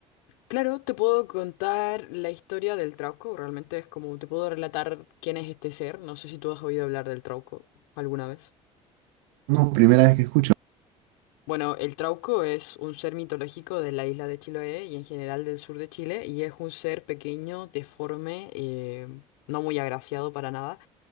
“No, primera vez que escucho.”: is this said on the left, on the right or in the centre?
Right